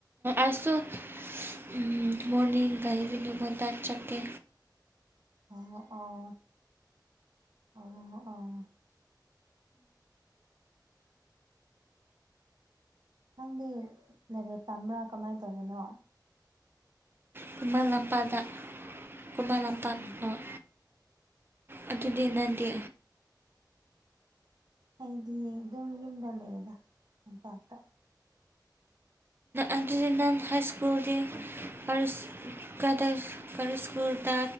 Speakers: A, on the right (about 30°); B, on the right (about 65°).
A: ꯑꯁꯨ ꯎꯝ ꯃꯣꯔꯅꯤꯡꯒ ꯏꯚꯅꯤꯡꯒ ꯇ ꯆꯠꯀꯦ
B: ꯑꯣ ꯑꯣ ꯑꯣ ꯑꯣ ꯅꯪꯗꯤ ꯂꯥꯏꯔꯤꯛ ꯇꯝꯕ꯭ꯔꯥ ꯀꯃꯥꯏ ꯇꯧꯕꯅꯣ
A: ꯈꯨꯃꯜ ꯂꯝꯄꯥꯛꯗ ꯈꯨꯃꯜ ꯂꯝꯄꯥꯛ
B: ꯎꯝ
A: ꯑꯥ ꯑꯗꯨꯗꯤ ꯅꯪꯗꯤ
B: ꯑꯩꯗꯤ ꯑꯗꯨꯝ ꯌꯨꯝꯗ ꯂꯩꯕ ꯇꯝꯄꯥꯛꯇ
A: ꯑꯗꯨꯗꯤ ꯅꯪ ꯍꯥꯏ ꯁ꯭ꯀꯨꯜꯒꯤ <unintelligible> ꯀꯗ ꯀꯔꯤ ꯁꯀꯨ꯭ꯜ ꯗ